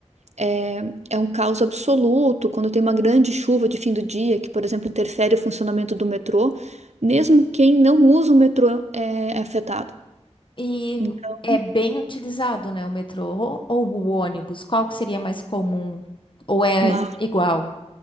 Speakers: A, on the right; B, on the left.
A: É, é um caos absoluto quando tem uma grande chuva de fim do dia, que, por exemplo, interfere o funcionamento do metrô. Mesmo quem não usa o metrô é é afetado.
B: E
A: Então,
B: é bem utilizado, né, o metrô ou, ou o ônibus, qual que seria mais comum? Ou é
A: uma-
B: igual?